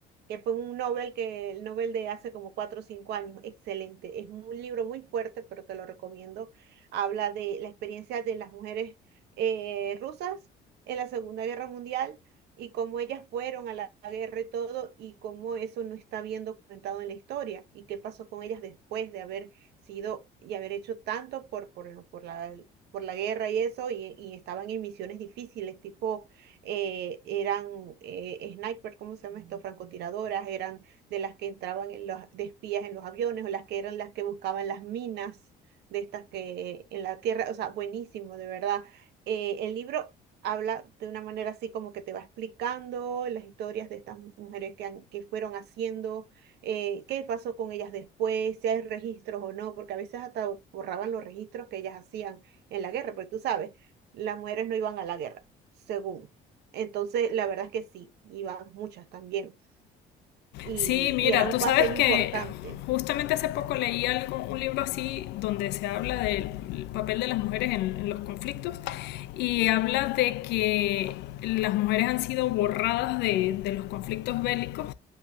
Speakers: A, on the right; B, on the left.
A: que fue un Nobel que, el Nobel de hace como cuatro o cinco años, excelente. Es un libro muy fuerte, pero te lo recomiendo. Habla de la experiencia de las mujeres eh, rusas en la Segunda Guerra Mundial y cómo ellas fueron a la guerra y todo, y cómo eso no está bien documentado en la historia, y qué pasó con ellas después de haber sido y haber hecho tanto por, por, por la, por la guerra y eso, y, y estaban en misiones difíciles, tipo, eh, eran eh, sniper, ¿cómo se llama esto? Francotiradoras, eran de las que entraban en los, de espías en los aviones, o las que eran las que buscaban las minas de estas que en la tierra, o sea, buenísimo, de verdad. Eh, el libro habla de una manera así como que te va explicando las historias de estas mu- mujeres que, han- que fueron haciendo, eh, qué pasó con ellas después, si hay registros o no, porque a veces hasta borraban los registros que ellas hacían en la guerra, porque tú sabes, las mujeres no iban a la guerra, según. Entonces, la verdad es que sí, iban muchas también, y,
B: Sí, mira,
A: y era un
B: tú sabes
A: papel
B: que
A: importante,
B: justamente hace poco leí algo, un libro así donde se habla del papel de las mujeres en, en los conflictos y habla de que las mujeres han sido borradas de, de los conflictos bélicos